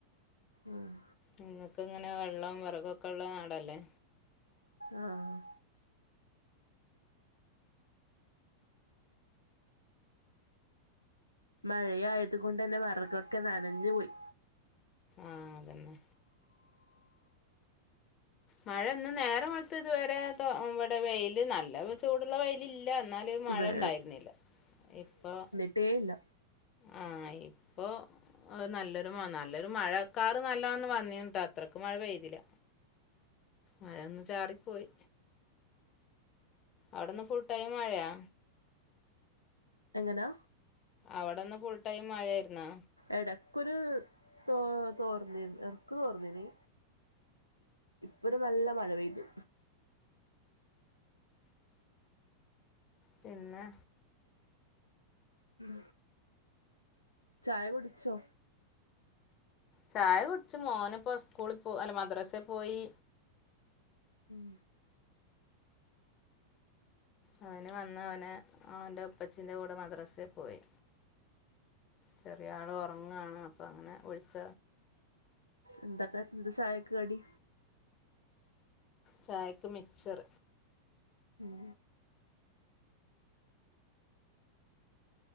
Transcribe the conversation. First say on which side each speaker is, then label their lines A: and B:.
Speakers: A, on the left; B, on the left.
A: ആഹ്.
B: നിങ്ങക്കെങ്ങന വെള്ളം വെറകൊക്കെള്ള നാടല്ലേ.
A: ആഹ് ആഹ്. മഴയായത് കൊണ്ടെന്നെ വെറകൊക്കെ നനഞ്ഞു പോയി.
B: ആഹ് അതന്നെ. മഴന്ന് നേരം വെൾത് ഇത് വരെ തോ ഇവടെ വെയില് നല്ല ചൂടുള്ള വെയിലില്ല ന്നാലഹ് മഴ
A: വേ
B: ണ്ടായിര്ന്നില്ല ഇപ്പോ.
A: ട്ടേയില്ല
B: ആ ഇപ്പൊ നല്ലൊരു നല്ലൊരു മഴക്കറ് നല്ലന്ന് വന്നിട്ടോ അത്രയ്ക്ക് മഴ പെയ്തില്ല. മയോന്ന് ചാറി പോയി. അവിടെന്ന് ഫുൾ ടൈം മഴയാ
A: എങ്ങനാ?
B: അവടന്ന് ഫുൾ ടൈം മഴയായിരുന്നാ?
A: എടയ്ക്കൊരു തോ തോർന്നി എടക്ക് തോറ്ന്നീന്. ഇപ്പ ഒരു നല്ല മഴ പെയ്തു.
B: പിന്നെ
A: ഉം ചായ കുടിച്ചോ?
B: ചായ കുടിച്ചു മോനെ പോ സ്കൂളിൽ പോ അല്ല മദ്രസെ പോയി.
A: ഉം
B: അവന് വന്ന അവന് അവന്റെ ഉപ്പച്ചീന്റെ കൂടെ മദ്രസൽ പോയി. ചെറിയ ആള് ഒറങ്ങണ് അപ്പൊ അങ്ങനെ വിളിച്ച
A: എന്തക്ക എന്ത ചായക്കടി?
B: ചായക്ക് മിക്ച്ചർ.
A: ഉം